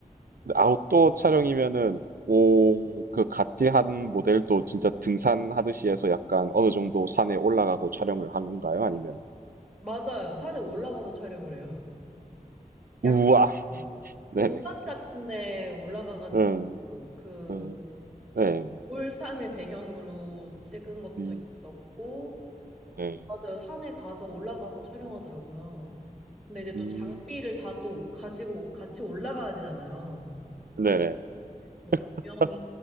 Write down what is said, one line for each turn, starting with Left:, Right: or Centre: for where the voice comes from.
Right: 근데 아웃도어 촬영이면은 오, 그 가티한 모델도 진짜 등산하듯이 해서 약간 어느 정도 산에 올라가고 촬영을 한 건가요? 아니면은
Centre: 맞아요. 산에 올라가서 촬영을 해요. <laughs> 약간
Right: 우와,
Centre: 볼산
Right: 네
Centre: 같은 데 올라가 가지고
Right: 음.
Centre: 그
Right: 음. 네.
Centre: 그 올산을 배경으로 찍은 것도
Right: 음.
Centre: 있었고,
Right: 네.
Centre: 맞아요. 산에 가서 올라가서 촬영하더라고요. 근데 이제 또
Right: 음.
Centre: 장비를 다 또 가지고 같이 올라가야 되잖아요.
Right: 네네.
Centre: 뭐 조명이
Right: <laughs>